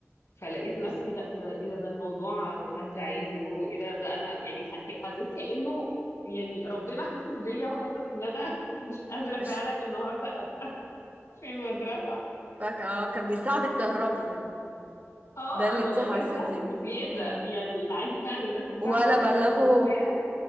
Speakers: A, on the left; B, on the right.
A: فلقيت نفسي لا ده ايه ده ده الموضوع عدى عادي هو ايه ده ده انا يعني ح- حسيت كأنه يعني ربنا حاسس بيا وحاسس ان انا <laughs> مش قادرة
B: <laughs>
A: فعلا النهارده ابقى في المدرسة
B: فك- اه كان بيساعدك تهربي يعني
A: اه
B: ده اللي
A: الموضوع
B: انت حسيتيه
A: كان سهل بزيادة
B: اه
A: يعني العادي بقى ان الناس بتعمل
B: ولا بلغوا
A: خطط وبتاع